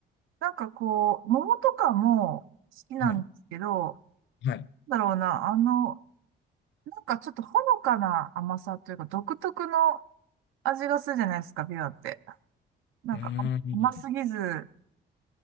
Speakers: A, on the right; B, on the left.
A: なんかこう、桃とかも好きなんですけど、
B: はい。はい。
A: なんだろうな、あの、なんかちょっとほのかな甘さというか、独特の味がするじゃないですか、ビワって。なんか甘すぎず、
B: うーん。